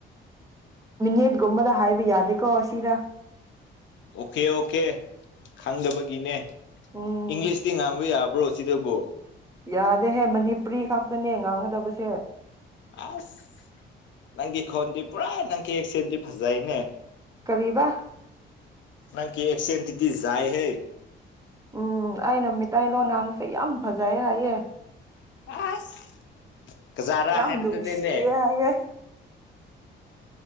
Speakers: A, on the right; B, on the left.
A: ꯃꯤ ꯨꯝꯃꯗ ꯍꯥꯏꯕ ꯌꯥꯗ ꯀꯣ ꯑꯁꯤ ꯑꯁꯤꯗ
B: ꯑꯣꯀꯦ ꯑꯣꯀꯦ ꯈꯪꯗꯕꯒꯤꯅꯦ
A: ꯎꯝ
B: ꯏꯪꯂꯤꯁꯇꯤ ꯉꯥꯡꯕ ꯌꯥꯕꯥ ꯑꯣꯁꯤꯗꯕꯨꯣ
A: ꯌꯥꯗꯦꯍꯦ ꯃꯅꯤꯄꯨꯔꯤ ꯈꯛꯇꯅꯦ ꯉꯥꯡꯒꯗꯕꯁꯦ
B: ꯑꯁ ꯅꯪꯒꯤ ꯈꯣꯟꯗꯤ ꯄꯨꯔꯥ ꯅꯪ ꯀꯦꯛꯁꯗꯤ ꯐꯖꯩꯅꯦ
A: ꯀꯔꯤꯕ
B: ꯅꯪ ꯀ ꯑꯦꯁꯦꯟ ꯇꯤꯗꯤ ꯌꯥꯥꯏ ꯍꯦ
A: ꯎꯝ ꯑꯩꯅ ꯃꯤꯇꯩꯇꯂꯣꯟꯣꯟꯍꯥꯡꯁꯦ ꯌꯥꯝ ꯐꯖꯩ ꯍꯥꯏꯌꯦꯦ
B: ꯑꯁ ꯀꯖꯥꯔꯥ
A: ꯌꯥꯝ
B: ꯍꯥꯏꯕꯗꯨꯅꯤꯅꯦ
A: ꯌꯥꯝ ꯅꯨꯡꯁꯤ ꯍꯥꯏꯒꯦ